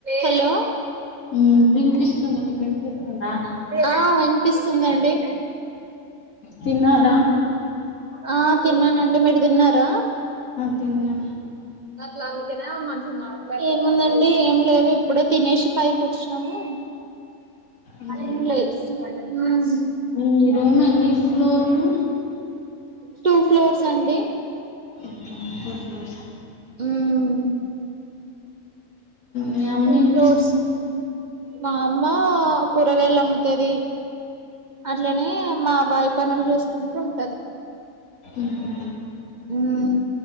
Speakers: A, on the right (about 55°); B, on the left (about 70°).
A: Hello
B: ఉమ్ వినిపిస్తుంది మీకు వినిపిస్తుందా
A: ఆ వినిపిస్తుందండి.
B: తిన్నారా
A: ఆ తిన్నానండి. మీరు తిన్నారా?
B: తిన్నా
A: మట్లా అలికనే మంచి మా ఏముందండి ఏం లేదు ఇప్పుడే తినేసి పైకొచ్చి నము
B: ఉహు.
A: ఏం లే ఉమ్
B: మీ రూమ్ ఎన్ని ఫ్లోర్లు?
A: టూ ఫ్లోర్స్ అండి.
B: ఉహు
A: ఊమ్
B: మీ అమ్మ
A: టూ
B: ఏం
A: ఫ్లోర్స్
B: చేస్తుంది
A: మా అమ్మా కూరగాయలమ్ముతది. అట్లనే మా బాయ్ పనుల్ చూస్కుంటుంటది.
B: మ్ హ్
A: ఉమ్